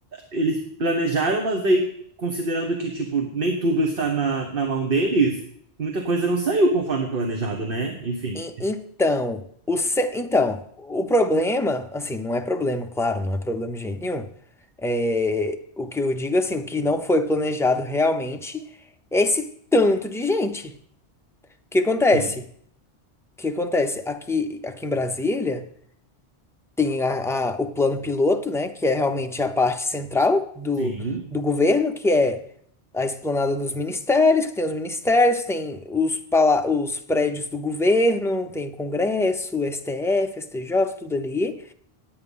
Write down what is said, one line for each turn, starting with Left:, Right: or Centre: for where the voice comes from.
Right: eles planejaram, mas daí, considerando que, tipo, nem tudo está na, na mão deles, muita coisa não saiu conforme planejado, né? Enfim.
Centre: E- então, o ce- então, o problema, assim, não é problema, claro, não é problema de jeito nenhum. É, o que eu digo, assim, o que não foi planejado realmente é esse tanto de gente. O que acontece?
Right: Sim.
Centre: O que acontece? Aqui, aqui em Brasília. Tem a, a- o plano piloto, né, que é realmente a parte central do,
Right: Sim.
Centre: do governo, que é a esplanada dos ministérios, que tem os ministérios, tem os, pala os prédios do governo, tem Congresso, STF, STJ, tudo ali.